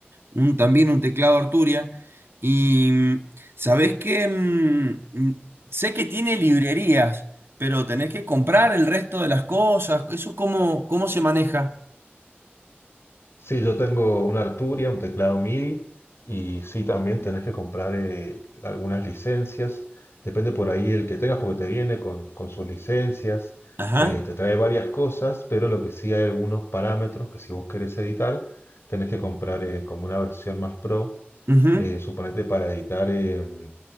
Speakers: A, on the right; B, on the left.
A: un, también un teclado Arturia y mm, sabés que mm, mm, sé que tiene librerías, pero tenés que comprar el resto de las cosas. ¿Eso cómo, cómo se maneja?
B: Sí, yo tengo una Arturia, un teclado MIDI y sí, también tenés que comprar eh, algunas licencias. Depende por ahí el que tengas porque te viene con, con sus licencias,
A: Ajá,
B: eh, te trae varias cosas, pero lo que sí hay algunos parámetros que si vos querés editar, tenés que comprar eh, como una versión más pro,
A: ujú,
B: eh, suponete para editar em,